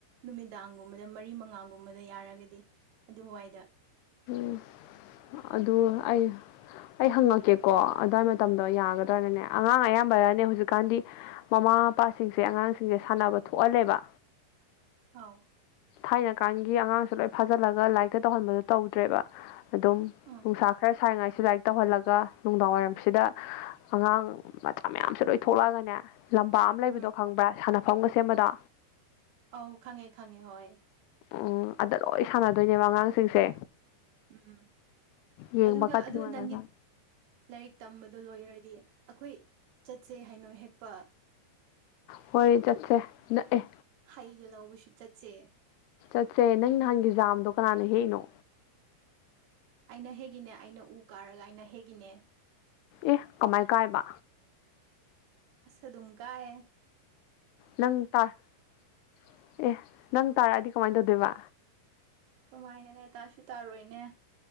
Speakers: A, on the right (about 85°); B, on the left (about 80°).
A: ꯅꯨꯃꯤꯗꯥꯡꯒꯨꯝꯕꯗ ꯃꯔꯤ ꯃꯉꯥ ꯑꯉꯥꯡꯒꯨꯝꯕꯗ ꯌꯥꯔꯒꯗꯤ ꯑꯗꯨ ꯋꯥꯏꯗ
B: ꯎꯝ ꯑꯗꯨ ꯑꯩ ꯑꯩ ꯍꯪꯉꯛꯀꯦꯀꯣ ꯑꯗꯨꯋꯥꯏ ꯃꯇꯝꯗꯣ ꯌꯥꯒꯗ꯭ꯔꯅꯅꯦ ꯑꯉꯥꯡ ꯑꯌꯥꯝꯕꯅꯦ ꯍꯧꯖꯤꯛꯀꯥꯟꯗꯤ ꯃꯃꯥ ꯃꯃꯥ ꯃꯄꯥꯁꯤꯡꯁꯦ ꯑꯉꯥꯡꯁꯤꯡꯁꯦ ꯁꯥꯟꯅꯕ ꯊꯣꯛꯍꯜꯂꯦꯕ
A: ꯑꯥꯎ
B: ꯊꯥꯏꯅꯀꯥꯟꯒꯤ ꯑꯉꯥꯡꯁꯨ ꯂꯣꯏ ꯐꯥꯖꯤꯜꯂꯒ ꯂꯥꯏꯔꯤꯛꯇ ꯇꯧꯍꯟꯕꯗꯣ ꯇꯧꯗ꯭ꯔꯦꯕ ꯑꯗꯨꯝ
A: ꯎꯝ
B: ꯅꯨꯡꯁꯥ ꯈꯔ ꯁꯔꯤꯉꯥꯏ ꯁꯤ ꯂꯥꯏꯔꯤꯛ ꯇꯧꯍꯜꯂꯒ ꯅꯨꯡꯗꯥꯡ ꯋꯥꯏꯔꯝꯁꯤꯗ ꯑꯉꯥꯡ ꯃꯆꯥ ꯃꯌꯥꯝꯁꯨ ꯂꯣꯏ ꯊꯣꯛꯂꯛꯑꯒꯅꯦ ꯂꯝꯄꯥꯛ ꯑꯃ ꯂꯩꯕꯗꯣ
A: ꯎꯝ
B: ꯈꯪꯕ꯭ꯔꯥ ꯁꯥꯟꯅꯐꯝꯒ ꯁꯦꯝꯕꯗꯣ
A: ꯑꯧ ꯈꯪꯉꯦ ꯈꯪꯉꯦ ꯍꯣꯏ
B: ꯎꯝ ꯑꯗ ꯂꯣꯏ ꯁꯥꯟꯅꯗꯣꯏꯅꯦꯕ ꯑꯉꯥꯡꯁꯤꯡꯁꯦ
A: ꯎꯝ
B: ꯌꯦꯡꯕꯀꯗꯤ
A: ꯑꯗꯨꯒ ꯑꯗꯨ
B: ꯅꯨꯡꯉꯥꯏꯒꯗ꯭ꯔꯥ
A: ꯅꯪꯒꯤ ꯂꯥꯏꯔꯤꯛ ꯇꯝꯕꯗꯣ ꯂꯣꯏꯔꯗꯤ ꯑꯩꯈꯣꯏ ꯆꯠꯁꯦ ꯍꯩꯏꯅꯧ ꯍꯦꯛꯄ
B: ꯍꯣꯏ ꯆꯠꯁꯦ ꯅꯛꯑꯦ
A: ꯍꯩꯒ ꯂꯎꯁꯨꯨ ꯆꯠꯆꯦ
B: ꯆꯠꯁꯦ ꯅꯪ ꯅꯍꯥꯟꯒꯤ ꯖꯥꯝꯗꯣ ꯀꯅꯥꯅ ꯍꯦꯛꯏꯅꯣ
A: ꯑꯩꯅ ꯍꯦꯛꯒꯤꯅꯦ ꯑꯩꯅ ꯎ ꯀꯥꯔꯒ ꯑꯩꯅ ꯍꯦꯛꯒꯤꯅꯦ
B: ꯑꯦ ꯀꯃꯥꯏ ꯀꯥꯏꯕ
A: ꯑꯁ ꯑꯗꯨꯝꯀꯥꯏ
B: ꯅꯪ ꯑꯦ ꯅꯪ ꯇꯥꯔꯛꯑꯗꯤ ꯀꯃꯥꯏꯅ ꯇꯧꯗꯣꯏꯕ
A: ꯀꯃꯥꯏꯅꯅꯦ ꯇꯥꯁꯨ ꯇꯥꯔꯣꯏꯅꯦ